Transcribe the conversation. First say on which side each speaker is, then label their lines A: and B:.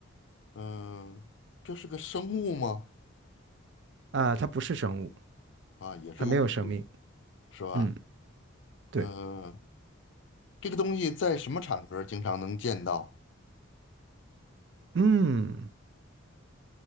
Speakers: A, on the left; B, on the right.
A: 嗯，这是个生物吗？
B: 啊，它不是生物，
A: 啊，也是个物品，
B: 它没有生命。
A: 是吧？
B: 嗯，对，
A: 嗯，这个东西在什么场合经常能见到？
B: 嗯，